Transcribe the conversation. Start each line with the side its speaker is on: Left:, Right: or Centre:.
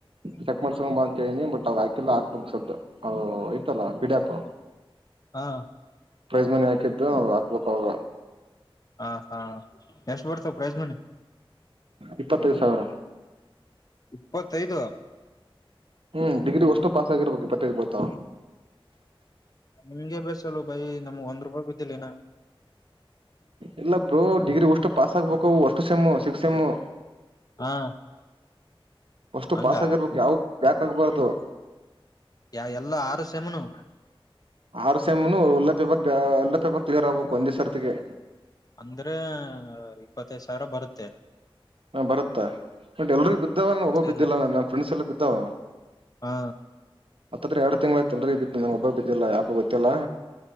Right: ಚೆಕ್ ಮಾಡ್ಸ್ಕೊಂಡ್ ಬ ಅಂತನಿ ಬಟ್ ಅವ ಹಾಕೆಲ್ಲ ಹಾಕ್ಬೇಕು ಶಬ್ದ ಇಐತಲ್ಲ ಪಿಡಿಎಫ್.
Left: ಹಾ.
Right: ಪ್ರೈಸ್ ಮನಿ ಹಾಕಿದು ನ ಹಾಕ್ಬೇಕಕ್ ಅವಾಗ.
Left: ಹ ಹಾ ಎಷ್ಟು ಬಡ್ತವ ಪ್ರಜ್ಮನ್.
Right: ಇಪ್ಪತ್ತೈದು ಸಾವಿರ.
Left: ಇಪ್ಪತ್ತೈದು.
Right: ಹ್ಮ್ ಡಿಗ್ರಿ ಅಷ್ಟು ಪಾಸ್ ಆಗಿರ್ಬೇಕು ಬತರ್ಬೋತ.
Left: ನಿಮ್ಗೆ ಬೇಸಲ್ಲ ಬೈ ನಮ್ಗ್ ಒಂದ್ ರೂಪಾಯಿ ಬಿದ್ದಿಲ್ಲ.
Right: ಇಲ್ಲ ಬ್ರೋ ಡಿಗ್ರಿ ಒಷ್ಟು ಪಾಸ್ ಆಗ್ಬೇಕ ಅಷ್ಟು ಸಮ್ಮು ಸಿಕ್ ಸ ಎಮ್ಮು.
Left: ಹಾ
Right: ಅಷ್ಟು
Left: ಹಂಗ
Right: ಪಾಸ ಆಗಿರ್ಬೇಕು ಯಾವ ಬಕ್ ಆಗ್ಬಾರ್ದು.
Left: ಯ ಎಲ್ಲ ಆರು ಸೆಮನು.
Right: ಆರು ಸೆಮ್ ಒಳ್ಳೆ ಪೇಪರ್ ಎಲ್ಲ ಪೇಪರ್ ಕ್ಲಿಯರ್ ಆಗ್ಬೇಕು ಒಂದೇ್ ಸರ್ತಿಗೆ.
Left: ಅಂದ್ರೆ ಇಪ್ಪತ್ತೈದ್ ಸಾವಿರ ಬರುತ್ತೆ.
Right: ಹ ಬತ್ತಾ ಬಟ್ ಎಲ್ರಿೂ ಬಿದ್ದಾವ ನ ಒಬ್ಬ ಬಿದ್ದಿಲ್ಲಲ್ಲ
Left: ಎಲ್ಲ
Right: ನ ಫ್ರೆ್ಸ್ ಎಲ್ಲ ಬಿದ್ದಾವ.
Left: ಹಾ
Right: ಮತ್ತತ್ರ ಎರಡು ತಿಂಗ್ ಆಐತ ಅಲ್ರಿೀ ಬ ಒಬ್ಬರು ಬಿದ್ದಿಲ್ಲ ಯಾಕ ಗೊತ್ತಿಲ್ಲಾ.